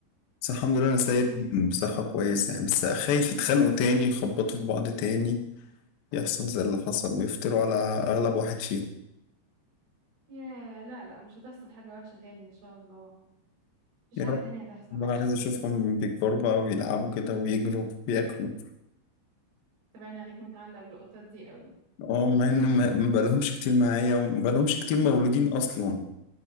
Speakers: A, on the left; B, on the right.
A: بس الحمد لله أنا سايبهم
B: امم
A: بصحة كويسة يعني بس خايف يتخانقوا تاني يخبطوا في بعض تاني يحصل زي اللي حصل ويفتروا على أغلب واحد فيهم
B: يا لا لا مش هتحصل حاجه وحشه تاني ان شاء الله مفيش
A: يا
B: حاجه
A: رب
B: تانية هتحصل وحشه
A: أنا عايز أشوفهم بيكبروا بقى ويلعبوا كده ويجروا وياكلوا
B: تبين عليك متعلق بالقطط دي قوي
A: اه مع ان ما ما بقالهمش كتير معايا وما بقالهمش كتير مولودين اصلا